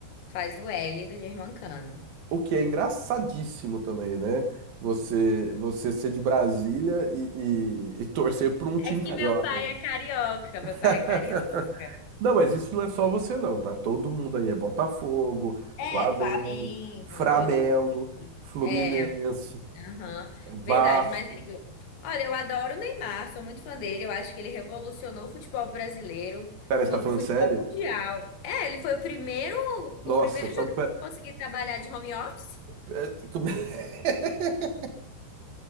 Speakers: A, on the left; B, on the right.
A: Faz o L do Germancano.
B: O que é engraçadíssimo também, né? Você, você ser de Brasília e, e, e torcer pra um time
A: É que
B: carioca.
A: meu pai é carioca, meu
B: <laughs>
A: pai é carioca.
B: Não, mas isso não é só você não, tá? Todo mundo aí é Botafogo,
A: É,
B: Flamengo,
A: Flamengo,
B: Flamengo,
A: todo mundo aqui.
B: Fluminense,
A: É, Aham,
B: é Vasco.
A: verdade, mas Igor, olha, eu adoro o Neymar, sou muito fã dele, eu acho que ele revolucionou o futebol brasileiro,
B: Pera, você
A: fo-
B: tá falando
A: o futebol
B: sério?
A: mundial. É, ele foi o primeiro,
B: Nossa,
A: o primeiro
B: então
A: jogador
B: pera,
A: que eu consegui trabalhar de home office.
B: pera- como- <laughs>